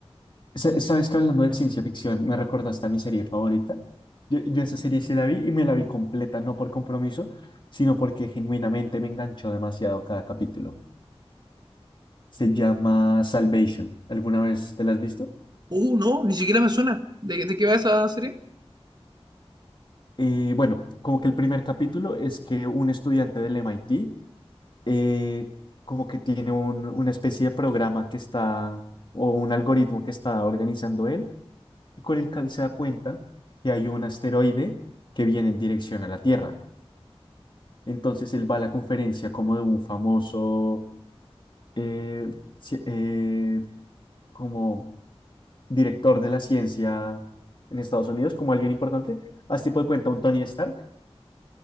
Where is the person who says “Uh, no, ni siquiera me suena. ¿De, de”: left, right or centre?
Right